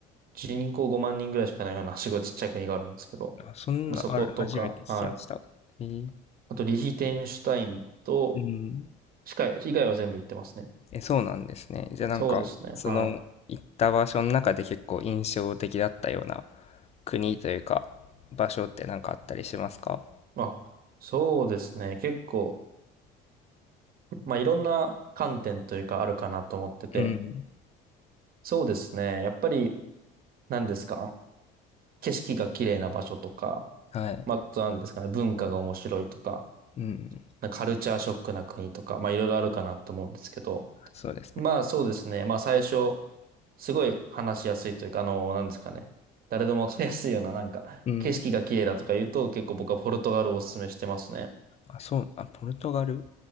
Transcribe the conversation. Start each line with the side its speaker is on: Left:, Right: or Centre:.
Right: 人口5万人ぐらいしかないような、すごいちっちゃい国があるんですけど、
Left: あ、そんな、
Right: まあ、そことか、
Left: ある、初めて聞きました。
Right: はい。
Left: えー
Right: あと、リヒテンシュタインと、
Left: うん。
Right: しか、以外は全部行ってますね。
Left: え、そうなんですね。じゃあなんか、
Right: そうですね。
Left: その行った場所の中で結構印象的だったような
Right: はい。
Left: 国というか場所ってなんかあったりしますか
Right: あ、そうですね。結構、まあ、いろんな観点というかあるかなと思ってて、
Left: うん
Right: そうですね。やっぱり、何ですか景色が綺麗な場所とか、
Left: はい。
Right: まあ、あと何ですかね、文化が面白いとか、
Left: うん。
Right: なんかカルチャーショックな国とか、まあ、いろいろあるかなと思うんですけど、
Left: そうですね。
Right: まあ、そうですね。まあ、最初、すごい話しやすいというか、あの、何ですかね。誰でもわかりやすいような、なんか、
Left: うん。
Right: 景色が綺麗だとか言うと、結構僕はポルトガルをお勧めしてますね。
Left: あ、そう、あ、ポルトガル。